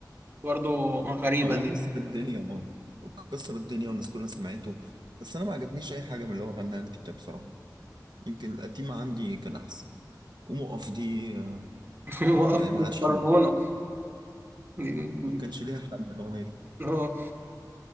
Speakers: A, on the right; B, on the right.
A: برضه غريبة
B: هو
A: دي
B: كسر الدنيا اه كسر الدنيا والناس كلها سمعته بس انا ما عجبنيش اي حاجه من اللي هو غناها جديده بصراحه يمكن القديمه عندي كان احسن ومقف دي آه،
A: <laughs> وقف
B: يعني ملهاش
A: دي خربانة
B: حل
A: دي-
B: ما كانش ليها حل الاغنيه دي
A: اه